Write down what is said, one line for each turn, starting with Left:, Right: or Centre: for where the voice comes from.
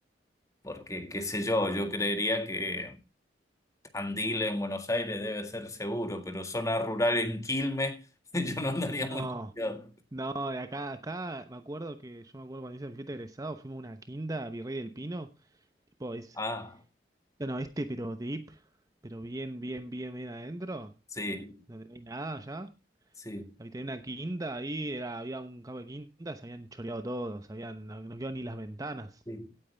Left: porque qué sé yo, yo creería que Andil en Buenos Aires debe ser seguro, pero zona rural en Quilmes, <laughs> yo no andaría
Right: No,
Left: muy confiado.
Right: no, de acá, acá me acuerdo que yo me acuerdo cuando hice mi fiesta de egresado, fuimos a una quinta, a Virrey del Pino, tipo, es,
Left: Ah,
Right: no, no, este pero deep, pero bien, bien, bien, bien adentro,
Left: sí,
Right: donde no hay nada ya.
Left: sí,
Right: había tenía una quinta, ahí era, había un campo de quintas, se habían choreado todos, habían, no, no quedó ni las ventanas.
Left: sí.